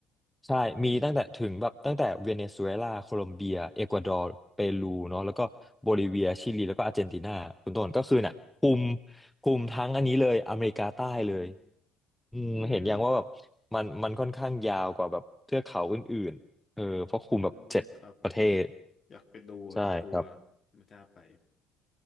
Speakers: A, in the centre; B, on the left (about 40°).
A: ใช่ มีตั้งแต่ถึงแบบตั้งแต่เวเนซุเอลาโคลอมเบียเอกวาดอร์เปรูเนาะแล้วก็โบลิเวียชิลีแล้วก็อาร์เจนตินาคุณต้นก็คือน่ะคุมคุมทั้งอันนี้เลยอเมริกาใต้เลย
B: อืม
A: อืมเห็นอย่างว่าแบบมันมันค่อนข้างยาวกว่าแบบเทือกเขาอื่นๆเออเพราะคุมแบบเจ็ดประเทศ
B: อืมอืมครับอยากไปดูอะแต่กลัว
A: ใช่ครับ
B: ไม่กล้าไป